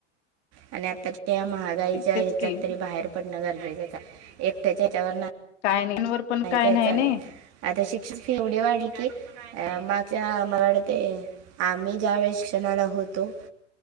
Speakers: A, on the right; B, on the left.
A: आणि आताच्या या महागाईच्या
B: तेच
A: ह्याच्यात
B: की
A: तरी बाहेर पडणं गरजेचंच एकट्या हच्यावर
B: काय नाही पण
A: नाही काय चालत
B: नाही
A: आता शिक्षित फी एवढी वाढली की अ मागझ मला वाटते आम्ही ज्या वेळी शिक्षणाला होतो